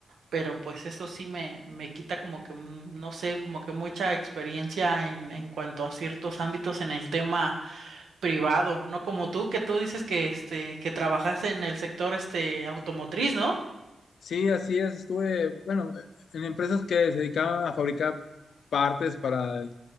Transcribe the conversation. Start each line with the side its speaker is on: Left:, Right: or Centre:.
Right: pero pues eso sí me, me quita como que, mm, no sé, como que mucha experiencia en, en cuanto a ciertos ámbitos en el tema privado, no como tú, que tú dices que este, que trabajaste en el sector este automotriz, ¿no?
Left: Sí, así es, estuve, bueno, en empresas que se dedicaban a fabricar partes para eh,